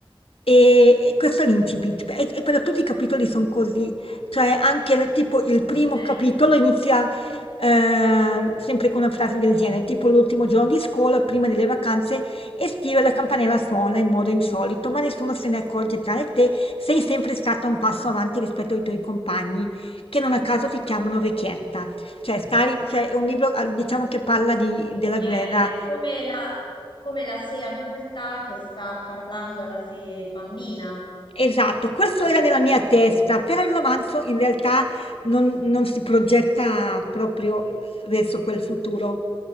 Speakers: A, on the left; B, on the left.
A: E e questo è l'incipit, e, e però tutti i capitoli sono così, cioè anche le- tipo il
B: ok.
A: primo capitolo inizia eh, sempre con una frase del genere, tipo l'ultimo giorno di scuola, prima delle vacanze estive, la campanella suona in modo insolito, ma nessuno se ne accorge tranne te, sei sempre stata un passo avanti rispetto ai tuoi compagni, che non a caso ti chiamano vecchietta. Cioè, Stalin, cioè, è un libro, ah, diciamo, che parla di- della
B: Quindi
A: guerra
B: è, è come la, è come la sé adulta che sta parlando alla sé bambina.
A: Esatto, questo
B: Questo.
A: era nella mia testa, però il romanzo in realtà non, non si progetta proprio verso quel futuro,